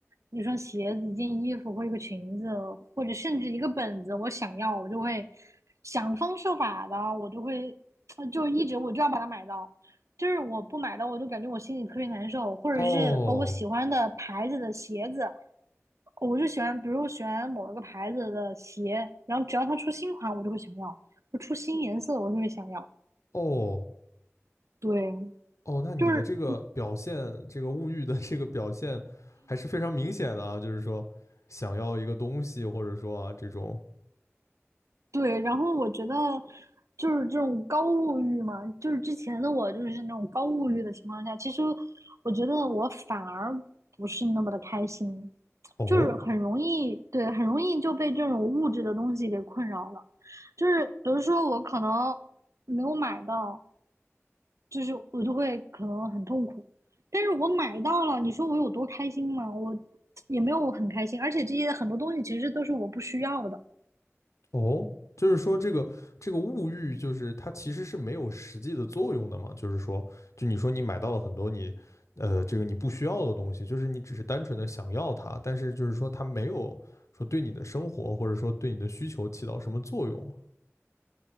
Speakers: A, on the right (about 85°); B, on the left (about 80°).
A: 一双鞋子、一件衣服或一个裙子，或者甚至一个本子，我想要，我就会想方设法的，我就会 <tsk> 就一直我就要把它买到。就是我不买的，我就感觉我心里特别难受，或者是哦，
B: 哦
A: 我喜欢的牌子的鞋子，哦我就喜欢，比如喜欢某一个牌子的鞋，然后只要它出新款，我就会想要；就出新颜色，我就会想要。
B: 哦
A: 对，
B: 哦，那你的这个表现，
A: 就是
B: 这个物欲的这个表现还是非常明显的啊，就是说想要一个东西，或者说啊这种。
A: 对。然后我觉得就是这种高物欲嘛，就是之前的我就是那种高物欲的情况下，其实我觉得我反而不是那么的开心。
B: 哦
A: 就是很容易，对，很容易就被这种物质的东西给困扰了。就是比如说我可能没有买到，就是我就会可能很痛苦。但是我买到了，你说我有多开心吗？我也没有我很开心，而且这些很多东西其实都是我不需要的。
B: 哦，就是说这个这个物欲，就是它其实是没有实际的作用的嘛。就是说，就你说你买到了很多你，呃，这个你不需要的东西，就是你只是单纯的想要它，但是就是说它没有说对你的生活或者说对你的需求起到什么作用。